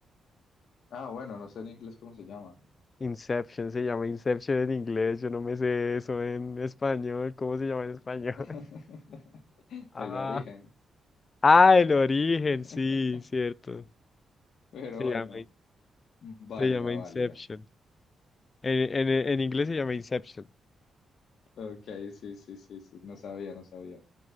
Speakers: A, on the left; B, on the left.
A: Ah, bueno, no sé en inglés cómo se llama.
B: Inception, se llama Inception en inglés. Yo no me sé eso en español. ¿Cómo se llama en español?
A: <laughs>
B: <laughs> Ah.
A: El origen.
B: Ah, el origen,
A: <laughs>
B: sí, cierto.
A: Pero
B: Se llama,
A: bueno, válida,
B: se llama Inception.
A: válida.
B: En, en, en inglés se llama Inception.
A: Ok, sí, sí, sí, sí. No sabía, no sabía.